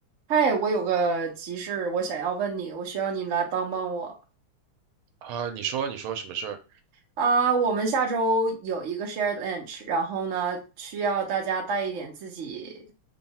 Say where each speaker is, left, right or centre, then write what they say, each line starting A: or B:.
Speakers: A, on the right (about 50°); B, on the right (about 80°).
A: 嗨，我有个急事，我想要问你，我需要你来帮帮我
B: 啊，你说你说什么事儿
A: 啊。我们下周有一个 shared lunch，然后呢，需要大家带一点自己